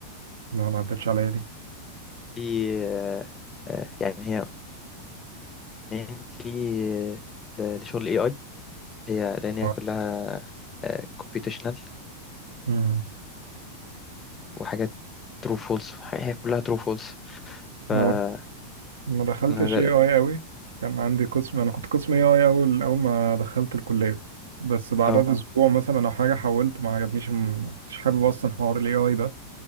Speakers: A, on the right; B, on the left.
A: لا ما عدتش عليا دي
B: دي آه، آه، يعني هي mainly ل- لشغل اي اي هي لان هي
A: آه.
B: كلها كومبيوتيشنال
A: امم
B: وحاجات ترو فولس هي كلها ترو فولس فكنا
A: هو ما دخلتش
B: در...
A: اي اي قوي كان عندي قسم انا كنت قسم اي اي اول اول ما دخلت الكليه بس بعدها
B: اه
A: اه باسبوع مثلا او حاجه حولت ما عجبنيش الم- ما كنتش حابب اصلا حوار الاي اي ده